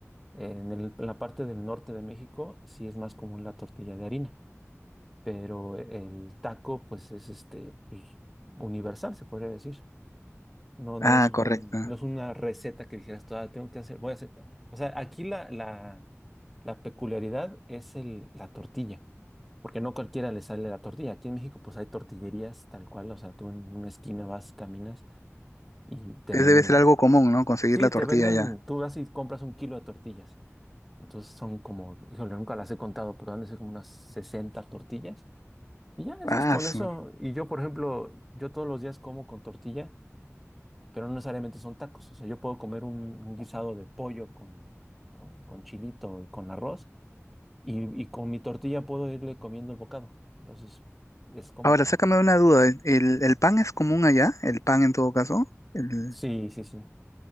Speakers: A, in the centre; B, on the left.
A: En el- en la parte del norte de México sí es más común la tortilla de harina, pero el taco pues es este pues, universal, se podría decir. No, no
B: Ah,
A: es un,
B: correcto.
A: no es una receta que dijeras, "Ah, tengo que hacer, voy a hacer. ta-". O sea, aquí la, la, la peculiaridad es el, la tortilla, porque no cualquiera le sale la tortilla. Aquí en México pues hay tortillerías tal cual, o sea, tú en una esquina vas, caminas y te
B: Es,
A: venden,
B: debe ser algo común, ¿no? Conseguir
A: sí,
B: la tortilla
A: te venden,
B: ya.
A: tú vas y compras un kilo de tortillas. Entonces son como, híjole, nunca las he contado, pero han de ser como unas 60 tortillas. Y ya, eso
B: Ah,
A: es con
B: su.
A: eso. Y yo, por ejemplo, yo todos los días como con tortilla, pero no necesariamente son tacos. O sea, yo puedo comer un, un guisado de pollo con, con, con chilito y con arroz, y, y con mi tortilla puedo irle comiendo el bocado. Entonces, es como...
B: Ahora, sácame una duda. ¿El, el- el pan es común allá? ¿El pan en todo caso? El-
A: Sí, sí, sí.